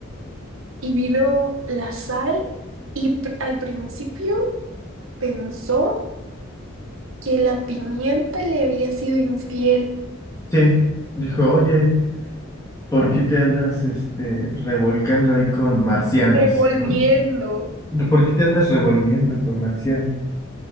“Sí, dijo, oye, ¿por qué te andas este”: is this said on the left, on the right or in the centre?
Left